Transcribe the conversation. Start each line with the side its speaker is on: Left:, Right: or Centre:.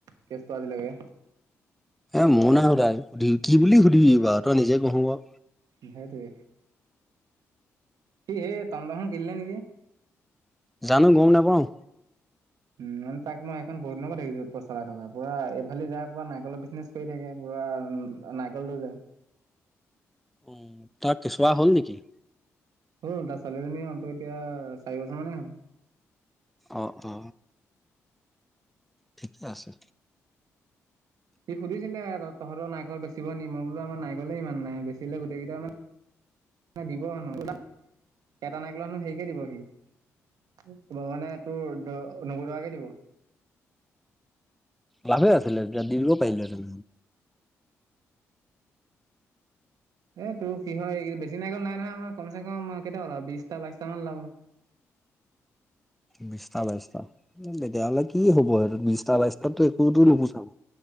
Right: কেছটো আজিলৈকে
Centre: এ ময়ো নাই সুধা, সুধি কি বুলি সুধিবি বাৰু তই নিজে কচোন বাও
Right: সেইটোৱে সি সেই টম টম এখন কিনিলে নেকি
Centre: জানো গম নাপাওঁ
Right: উম মানে তাক মই এইখন বহুত দিনৰ পৰা দেখিছোঁ পুৰা চলাই থকা পুৰা এইফালি যায় পুৰা নাৰিকলৰ বিজনেছ কৰি থাকে পুৰা না নাৰিকল লৈ যায়
Centre: উম তাৰ কেঁচুৱা হ'ল নেকি
Right: হ'ল তাৰ ছোৱালীজনীয়ে হ'লতো এতিয়া চাৰি বছৰ মানেই হ'ল
Centre: অ অ ঠিকে আছে
Right: সুধছিলে তহঁতৰ নাৰিকল বেচিব নি মই বোলো আমাৰ নাৰিকলে ইমান নাই বেচিলে গোটেই কেইটা মান দিব আৰু <unintelligible> এটা নাৰিকলত হেনো হেৰিকে দিব সি দিব মানে তোৰ দ নব্বৈ টকাকে দিব
Centre: লাভে আছিলে তে দি দিব পাৰিলি হেঁতেন
Right: এই তোৰ কি হয় এই বেছি নাৰিকল নাই নহয় আমাৰ কম চে কম কেইটা ওলাব বিশটা বাইশটামান ওলাব।
Centre: বিশটা, বাইশটা! তেতিয়াহ'লে কি হ'ব সেইটোত বিশটা বাইশটাতো একোতো নুপুচাও